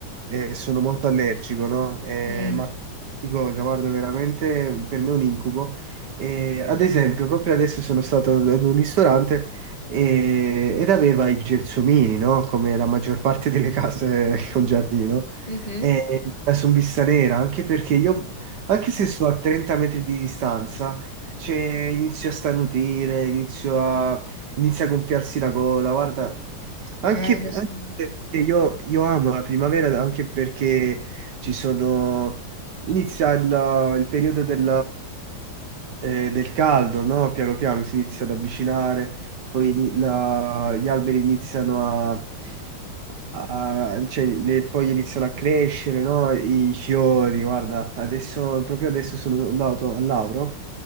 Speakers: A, on the right (about 65°); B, on the left (about 30°).
A: eh, sono molto allergico, no? Eh,
B: Mm.
A: ma di cosa, guarda, veramente per me è un incubo. Eh, ad esempio, proprio adesso sono stato ad un ristorante eh, ed aveva i gelsomini, no? Come la maggior parte delle case <laughs> con giardino.
B: Mhm.
A: E la sombista nera, anche perché io, anche se sto a 30 metri di distanza, cioè, inizio a starnutire, inizio a Inizia a gonfiarsi la gola, guarda. Anche,
B: Eh, lo so.
A: anche io, io amo la primavera anche perché ci sono... Inizia il, il periodo del, eh, del caldo, no? Piano piano si inizia ad avvicinare, poi ini- la- gli alberi iniziano a... a- cioè, le foglie iniziano a crescere, no? I fiori, guarda. Adesso, proprio adesso sono andato al Lauro